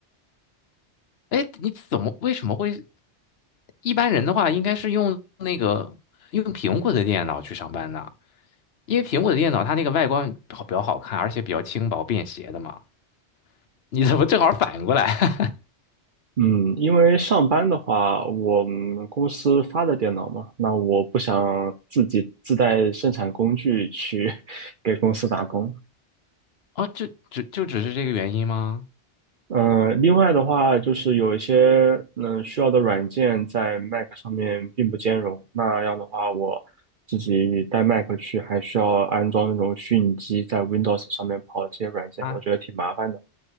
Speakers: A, on the left (about 65°); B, on the right (about 50°).
A: 哎，你怎么为什么会？一般人的话应该是用那个用苹果的电脑去上班呢，因为苹果的电脑它那个外观好比较好看，而且比较轻薄便携的嘛。你怎么正好反过来？<laughs>
B: 嗯，因为上班的话，我们公司发的电脑嘛，那我不想自己自带生产工具去 <laughs> 给公司打工。
A: 哦，就只就只是这个原因吗？
B: 嗯，另外的话，就是有一些嗯需要的软件在 Mac 上面并不兼容，那样的话，我自己带 Mac 去，还需要安装那种虚拟机在 Windows 上面跑这些软件，
A: 啊，
B: 我觉得挺麻烦的。